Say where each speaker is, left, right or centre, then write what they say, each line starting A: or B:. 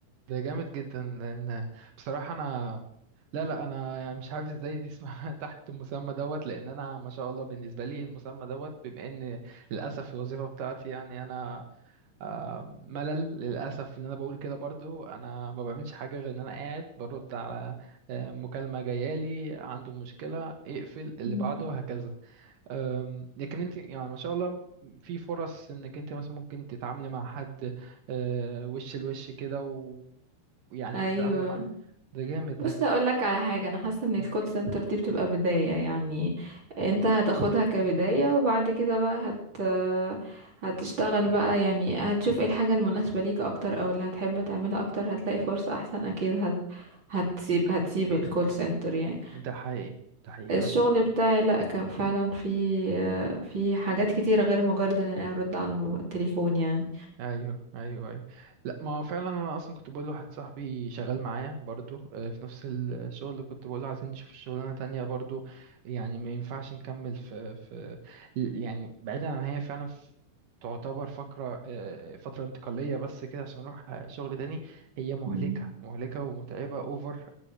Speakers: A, on the right; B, on the right.
A: ده جامد جدا لان بصراحه انا لا لا انا يعني مش عارف ازاي دي اسمها <laughs> تحت المسمى دوت لان انا ما شاء الله بالنسبه لي المسمى دوت بما ان للاسف الوظيفه بتاعتي يعني انا آم، ملل للاسف ان انا بقول كده برضو انا ما بعملش حاجه غير ان انا قاعد برد على آه، مكالمه جايالي عنده مشكله اقفل اللي
B: مم.
A: بعده وهكذا آم، لكن انت يعني ما شاء الله في فرص انك انت مثلا ممكن تتعاملي مع حد آه، وش لوش كده يعني
B: ايوه
A: تتعاملي معاه ده جامد ده
B: بص هقول لك على حاجه انا حاسه ان
A: مم.
B: الكول سنتر دي بتبقى بدايه يعني انت هتاخدها كبدايه وبعد كده بقى هت هتشتغل بقى يعني هتشوف ايه الحاجه المناسبه ليك اكتر او اللي هتحب تعملها اكتر هتلاقي فرصه احسن اكيد هت هتسيب هتسيب الكول سنتر يعني
A: ده حقيقي ده حقيقي
B: الشغل
A: انا
B: بتاعي لا كان فعلا في في حاجات كتيره غير مجرد ان انا ارد على المو- التليفون يعني
A: ايوه ايوه ايوه لا ما هو فعلا انا اصلا كنت بقول لواحد صاحبي شغال معايا برضو آه، في نفس الشغل اللي كنت بقول له عايزين نشوف شغلانه تانية برضو يعني ما ينفعش نكمل في في يعني بعيدا عن هي فعلا في تعتبر فقرة آه، فترة انتقالية بس كده عشان نروح شغل تاني هي مهلكة
B: مم.
A: مهلكة ومتعبة اوفر